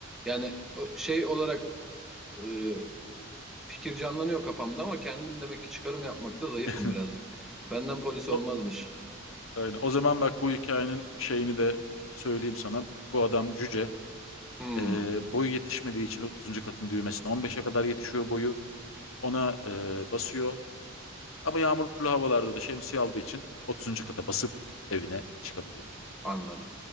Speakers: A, in the centre; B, on the left.
A: Yani o- şey olarak e, Fikir canlanıyor kafamda ama kendim demek ki çıkarım yapmakta zayıfım
B: <laughs>
A: birazcık. Benden polis
B: O,
A: olmazmış.
B: Aynen. O zaman bak bu hikayenin şeyini de söyleyeyim sana. Bu adam cüce.
A: Hmm,
B: Ee, boyu yetişmediği için otuzuncu katın düğmesine on beşe kadar yetişiyor boyu. Ona e, basıyor. Ama yağmurlu havalarda da şemsiye aldığı için otuzuncu kata basıp evine çıkabiliyor.
A: anladım.